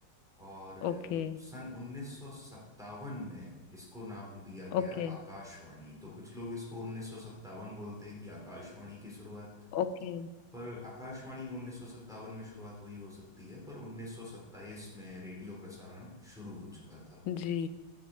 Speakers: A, in the centre; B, on the left.
A: और अ,
B: Okay
A: सन 1957 में इसको नाम दिया गया
B: okay
A: आकाशवाणी तो कुछ लोग इसको 1957 बोलते हैं कि आकाशवाणी की शुरुआत
B: okay
A: पर आकाशवाणी 1957 में शुरुआत हुई हो सकती है पर 1927 में रेडियो प्रसारण शुरू हो चुका था
B: जी